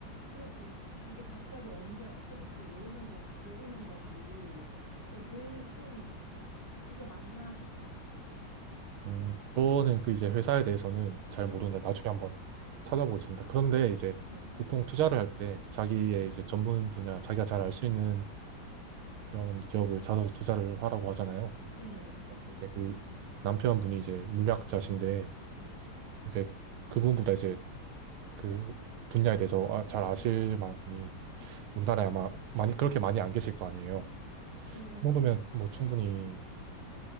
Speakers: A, on the left; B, on the right.
A: 그래도 이게 갑자기 언제 없어질지도 모르는 거 모르는 거고. 그래서 늘좀 이게 맞나 싶어요.
B: 음, 저는 그 이제 회사에 대해서는 잘
A: 네,
B: 모르는데 나중에 한번 찾아보겠습니다. 그런데 이제
A: 네,
B: 보통 투자를 할 때 자기의 이제 전문 분야, 자기가 잘 알 수 있는 그런 기업을 찾아서 투자를 하라고 하잖아요.
A: 네,
B: 이제 그 남편분이 이제 물리학자신데
A: 네.
B: 이제 그분보다 이제 그 분야에 대해서 아- 잘 아실 만한 분이 우리나라에 아마 많이 그렇게 많이 안 계실 거 아니에요.
A: 그럴,
B: 그 정도면
A: 거-
B: 뭐 충분히
A: 네.